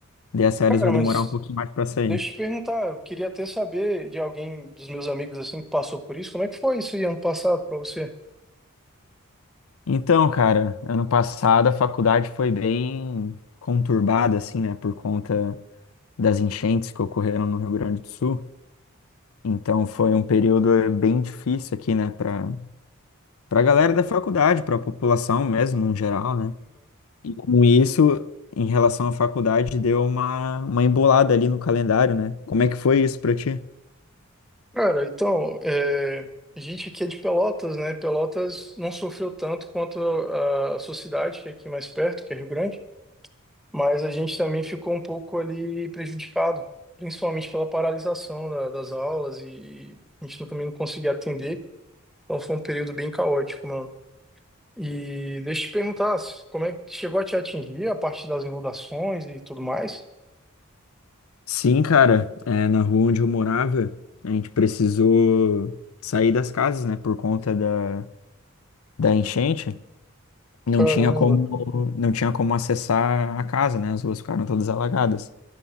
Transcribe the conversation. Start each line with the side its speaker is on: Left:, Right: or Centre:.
Left: daí as férias
Centre: Cara,
Left: vai
Centre: mas
Left: demorar um pouquinho mais pra sair.
Centre: deixa eu te perguntar, eu queria até saber de alguém dos meus amigos assim que passou por isso, como é que foi isso aí ano passado pra você?
Left: Então, cara, ano passado a faculdade foi bem conturbada, assim, né, por conta das enchentes que ocorreram no Rio Grande do Sul. Então, foi um período eh, bem difícil aqui, né, para para a galera da faculdade, para a população mesmo, no geral, né. E com isso, em relação à faculdade, deu uma, uma embolada ali no calendário, né. Como é que foi isso pra ti?
Centre: Cara, então, é, a gente aqui é de Pelotas, né? Pelotas não sofreu tanto quanto a, a sua cidade, que é aqui mais perto, que é Rio Grande, mas a gente também ficou um pouco ali prejudicado, principalmente pela paralisação da- das aulas e, a gente não- também não conseguia atender. Então foi um período bem caótico, mano. E deixa eu te perguntar, como é que chegou a te atingir a parte das inundações e tudo mais?
Left: Sim, cara, é, na rua onde eu morava, a gente precisou sair das casas, né, por conta da, da enchente. não
Centre: Caramba,
Left: tinha como,
Centre: cara.
Left: não tinha como acessar a casa, né? As ruas ficaram todas alagadas.